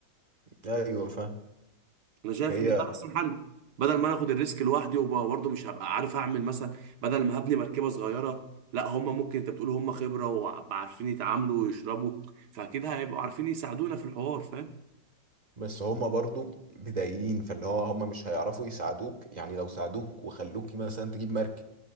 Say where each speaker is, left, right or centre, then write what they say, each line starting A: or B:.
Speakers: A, on the right (about 25°); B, on the right (about 70°).
A: ايوه فاهم
B: انا شايف
A: هي
B: ان ده احسن حل بدل ما انا اخد الريسك لوحدي وبرضه مش هبقى عارف اعمل مثلا بدل ما هبني مركبه صغيره لا هم ممكن انت بتقول هم خبره وعارفين يتعاملوا ويشربوا فاكيد هيبقوا عارفين يساعدونا في الحوار فاهم
A: بس هما برضو بدايين فاللي هو هما مش هيعرفوا يساعدوك يعني لو ساعدوك وخلوك مثلا تجيب مركب